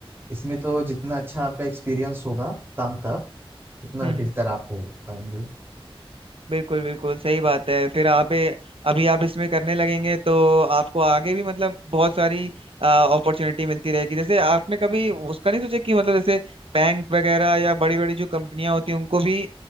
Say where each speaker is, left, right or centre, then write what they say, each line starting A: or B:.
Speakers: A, on the right; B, on the right.
A: इसमें तो जितना अच्छा आपका एक्सपीरियंस होगा काम का उतना
B: हम्म
A: बेहतर आप हो पाएंगे
B: बिल्कुल बिल्कुल सही बात है फिर आप ए- अभी आप इसमें करने लगेंगे तो आपको आगे भी मतलब बहुत सारी अपॉर्चुनिटी मिलती रहेगी जैसे आपने कभी उसका नहीं सोचा कि मतलब जैसे बैंक वगैरह या बड़ी बड़ी जो कंपनियां होती हैं उनको भी